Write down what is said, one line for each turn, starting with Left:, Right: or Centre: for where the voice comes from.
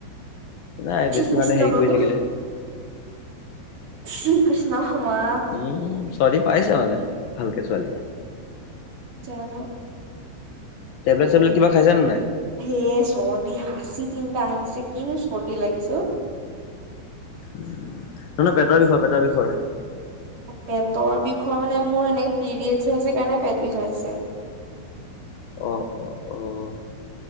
Left: নাই বেছি
Right: কৃষ্ণ
Left: মানে হেৰি
Right: প্ৰভু।
Left: কৰি থাকিলে
Right: শ্ৰী কৃষ্ণ মা
Left: উম চৰ্দি পাইছে মানে ভালকে ছোৱালী
Right: জানো
Left: টেবলেট চেবলেট কিবা খাইছা নে নাই?
Right: হে চৰ্দি হাঁচি তিনিটা আহিছে। কিন চৰ্দি লাগিছে অ'।
Left: নহ নহয় পেটৰ বিষৰ পেটৰ বিষৰ
Right: পেটৰ বিষৰ মানে মোৰ এনে পিৰিয়েছ হৈছে কাৰণে পেট বিষ আছে। <unintelligible>
Left: অ' অ' অ'